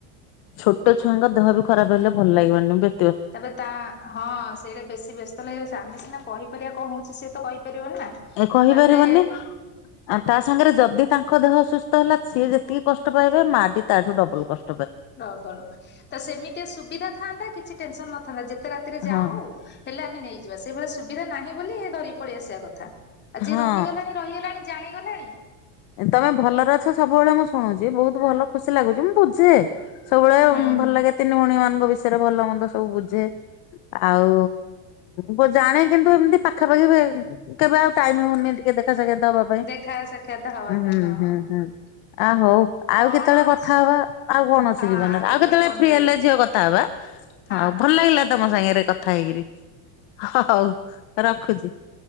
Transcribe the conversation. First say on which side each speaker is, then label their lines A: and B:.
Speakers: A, on the left; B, on the left.
A: ଛୋଟ ଛୁଆଙ୍କ ଦେହ ବି ଖରାପ ହେଲେ ଭଲ ଲାଗିବନି ବେ
B: ତେବେ ତା ହଁ ସେଇଟା ବେଶୀ ବ୍ୟସ୍ତ ଲାଗିବ ସେ ଆମେ ସିନା କହିପାରିବା କଁ ହଉଛି ସିଏ ତ କହିପାରିବନି ନା।
A: ଏ କହିପାରିବନି
B: ତାପରେ
A: ଆ ତା ସାଙ୍ଗେରେ ଯଦି ତାଙ୍କ ଦେହସୁସ୍ଥ ହେଲା ସିଏ ଯେତିକି କଷ୍ଟ ପାଇବେ ମାଟି ତାଠୁ ଡବଲ କଷ୍
B: ପ୍ରବଳ ତ ସେମିତି ସୁବିଧା ଥାନ୍ତା କିଛି ଟେନସନ ନଥାନ୍ତା ଯେତେ ରାତିରେ ଯାହା
A: ହଁ
B: ହଉ ହେଲେ ଆମେ ନେଇଯିବା ସେଇଭଳିଆ ସୁବିଧା ନାହିଁ ବୋଲି ଧରିକି ପଳେଇ ଆସିବା କଥା। ଆ ଜିିଏ
A: ହଁ
B: ରହିଗଲାଣି ରହିଗଲାଣି ଜାଣିଗଲାଣି
A: ଏ ତମେ ଭଲରେ ଅଛ ସବୁବେଳେ ମୁଁ ଶୁଣୁଚି ବହୁତ ଭଲ ଖୁସି ଲାଗୁଚି ମୁଁ ବୁଝେ ସବୁବେଳେ
B: ହୁଁ
A: ଭଲ ଲାଗେ ତିନି ଭଉଣୀ ମାନଙ୍କ ବିଷୟରେ ଭଲ ମନ୍ଦ ସବୁ ବୁଝେ ଆଉ ବ ଜାଣେ କିନ୍ତୁ ଏମିତି ପାଖାପାଖି ବେ କେବେ ଆଉ ଟାଇମ୍ ହଉନି ଟିକେ ଦେଖାସାକ୍ଷାତ ହବା ପାଇଁ,
B: ଦେଖା ସାକ୍ଷାତ ହବା
A: ହୁଁ
B: ପାଇଁ ହଁ
A: ହୁଁ ହୁଁ ଆ ହଉ ଆଉ
B: କଣ
A: କେତେବେଳେ
B: ଅଛି
A: କଥା ହବା ଆଉ କଣ ଅଛି
B: ହଁ
A: ଜୀବନରେ ଆଉ କେତେବେଳେ
B: ଫୋନ
A: ଫ୍ରି
B: କରିବି
A: ହେଲେ ଝିଅ କଥା ହବା।
B: ହଁ
A: ହଉ
B: ହଁ
A: ଭଲ ଲାଗିଲା ତମ ସାଙ୍ଗେରେ କଥା ହେଇକିରି ହ ହଉ ରଖୁଛି।